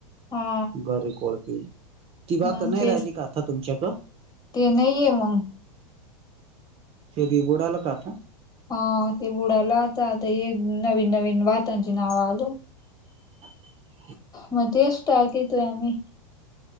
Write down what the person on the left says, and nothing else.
हा
मग
ते
ते नाहीये मंग
हा ते बुडाल आता, आता हे नवीन-नवीन भातांची नाव आलेत.
मध्येष्ट ट्रॅक येतो आहे आमी